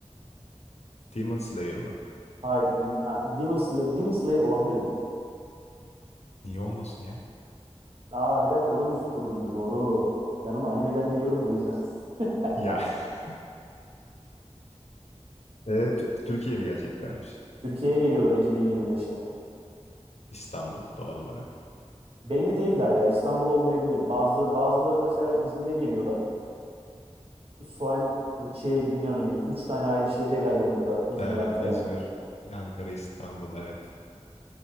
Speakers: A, on the left (about 70°); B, on the right (about 55°).
A: Demon Slayer mı?
B: Hayır. Demon, ha, Demon Slayer, Demon Slayer olabilir mi?
A: Niye olmasın ya?
B: Aa bir dakika o da müzik grubuydu doğru. Ben onu animeden biliyorum da o yüzden. <laughs>
A: Ya. <laughs> E, Tü- Türkiye'ye mi geleceklermiş?
B: Türkiye'ye geliyorlar 2025'te.
A: İstanbul doğal olarak.
B: Belli değil daha ya İstanbul olmayabilir. Bazı bazıları mesela İzmir'e geliyorlar. Soğan e, şey biliyorsun hani 3 tane ayrı şehre geldi burada İzmir,
A: Evet,
B: Ankara.
A: İzmir, Ankara, İstanbul, evet.